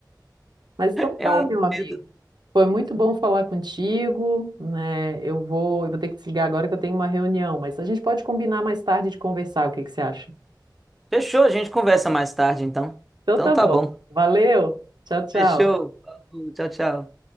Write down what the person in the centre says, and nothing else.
É
um
dedo.
Fechou, a gente conversa mais tarde então.
Então
tá
bom.
Fechou. Falou, Tchau, tchau.